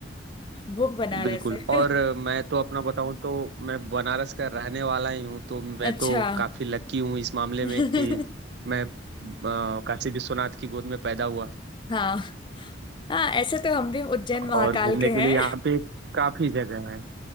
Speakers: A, on the left (about 25°); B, on the right (about 65°).
A: वो बनारस
B: बिल्कुल और
A: है
B: अ, मैं तो अपना बताऊँ तो मैं बनारस का रहने वाला ही हूँ तो मैं
A: <laughs> अच्छा
B: तो काफी लकी हूँ इस मामले
A: <laughs>
B: में कि मैं अ, काशी विश्वनाथ की गोद में पैदा हुआ
A: हाँ हाँ ऐसे तो हम भी उज्जैन महाकाल
B: और घूमने
A: के
B: के
A: हैं
B: लिए यहाँ पे काफी जगह है